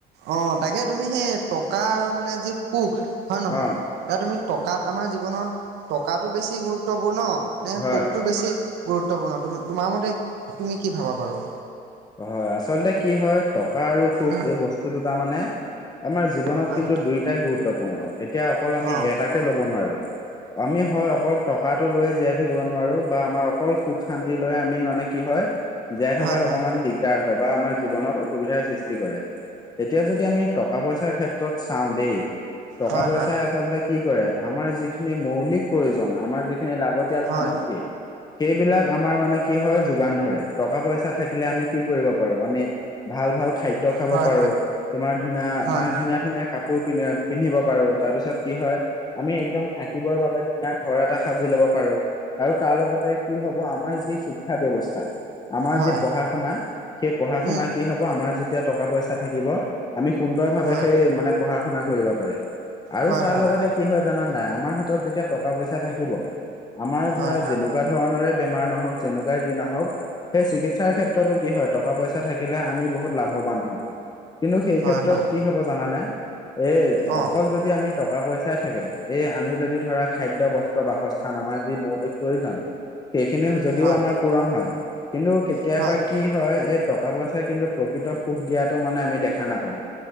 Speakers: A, on the right; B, on the left.
A: অ তাকে তুমি সেই টকা আৰু মানে যি সুখ হয় নহয়।
B: অ
A: এ তুমি টকাত আমাৰ জীৱনত টকাটো বেছি গুৰুত্বপূৰ্ণ নে
B: হয়
A: সুখটো বেছি গুৰুত্বপূৰ্ণ তুমি তোমাৰ মতে তুমি কি ভাবা বাৰোঁ?
B: হয় আচলতে কি হয় টকা আৰু সুখ
A: উম,
B: এই বস্তু দুটা মানে আমাৰ জীৱনত
A: হয়
B: কিন্তু দুইটাই গুৰুত্বপূৰ্ণ এতিয়া অকল আমি
A: অ'
B: এটাক কে ল'ব নোৱাৰোঁ। আমি হয় অকল টকাটো লৈ জীয়াই থাকিব নোৱাৰো বা আমাৰ অকল সুখ শান্তি লৈ আমি মানে কি হয় জীয়াই থকাৰ
A: হয় হয়
B: অকমান দিগদাৰ হয় বা আমাৰ জীৱনত অসুবিধাৰ সৃষ্টি কৰে তেতিয়া যদি আমি টকা পইচাৰ ক্ষেত্ৰত চাওঁ দেই টকা
A: হয়
B: পইচাই
A: হয়
B: আচলতে কি কৰে আমাৰ যিখিনি মৌলিক প্ৰয়োজন আমাৰ যিখিনি লাগতিয়াল
A: হয়
B: সামগ্ৰী সেইবিলাক আমাৰ মানে কি হয় যোগান ধৰে টকা পইচা থাকিলে আমি কি কৰিব পাৰো আমি ভাল ভাল খাদ্য খাব
A: হয়
B: পাৰো তোমাৰ ধুনা
A: হয়
B: মানে ধুনীয়া ধুনীয়া কা- পোৰ পিন্ধ পিন্ধিব পাৰো তাৰ পিছত কি হয় আমি একদম থাকিবৰ বাবে ধুনীয়া ঘৰ এটা সাজি ল'ব পাৰো আৰু তাৰ লগতে কি হব আমাৰ যি শিক্ষা ব্যৱস্থা আমাৰ
A: হয়
B: যি পঢ়া
A: হয়
B: শুনা সেই পঢ়া শুনা
A: উম
B: কি হব আমাৰ যেতিয়া টকা পইচা থাকিব। আমি সুন্দৰ ভাৱে
A: হয়
B: সেই মানে পঢ়া শুনা কৰিব পাৰে। আৰু
A: হয়
B: তাৰ
A: হয়
B: লগতে কি হয় জানা নাই আমাৰ হাতত যেতিয়া টকা পইচা থাকিব আমাৰ
A: হয়
B: ধৰা যেনে তেনেকুৱা ধৰণৰে বেমাৰ নহওক যেনেকুৱাই যি নহওক সেই চিকিৎসাৰ ক্ষেত্ৰতো কি হয় টকা পইচা। থাকিলে আমি বহুত লাভৱান হওঁ। কিন্তু সেই
A: হয়
B: ক্ষেত্ৰত
A: হয়
B: কি হ'ব জানানে এই
A: অ'
B: অকল যদ, আমি টকা পইচাই থাকে এ আমি যদি ধৰা খাদ্য বস্ত বাসচ ন আমাৰ যি মৌলিক প্ৰয়োজন সেইখিনি যদিও
A: হয়
B: আমাৰ পূৰণ হয়, কিন্তু কেতিয়াবা,
A: হয়
B: কি হয় এই টকা পইচাই কিন্তু প্ৰকৃত সুখ দিয়াটো মানে আমি দেখা নাপাওঁ।